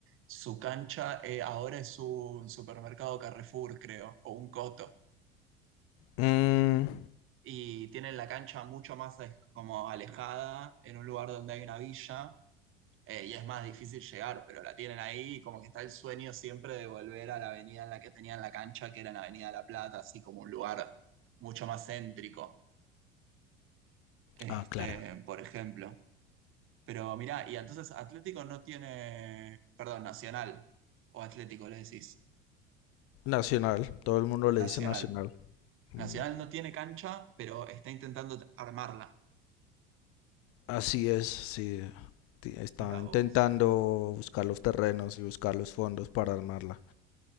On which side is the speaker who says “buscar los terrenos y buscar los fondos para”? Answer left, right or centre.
Left